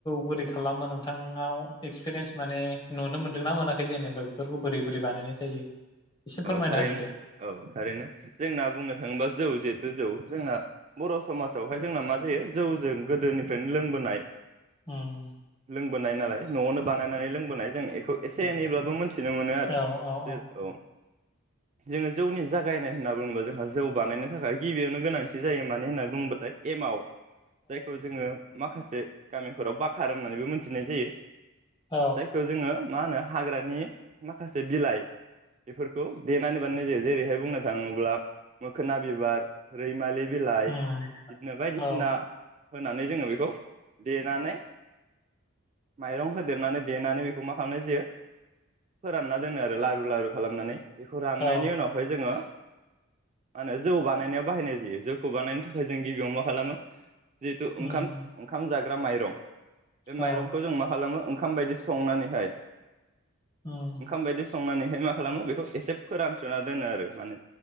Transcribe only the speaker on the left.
बोरै खालामो नोंथाङा एक्सपिरियेन्स माने नुनो मोनदोंना मोनाखै जेनेबा बेफोरखौ बोरै बोरै बानायनाय जायो एसे फोरमायना
होदो दे
उम
औ औ
औ
उम
औ
औ
उम
औ
उम